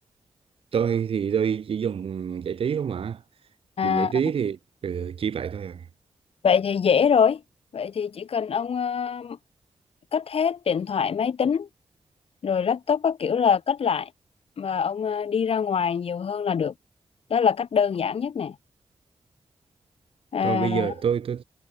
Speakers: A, on the right; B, on the left.
A: tôi thì tôi chỉ dùng giải trí không mà
B: À,
A: dùng giải trí thì ừ, chỉ vậy thôi à
B: Vậy thì dễ rồi. Vậy thì chỉ cần ông ờ, cất hết điện thoại, máy tính, rồi laptop các kiểu là cất lại. Mà ông ờ, đi ra ngoài nhiều hơn là được. Đó là cách đơn giản nhất nè. À,
A: tôi bây giờ tôi tôi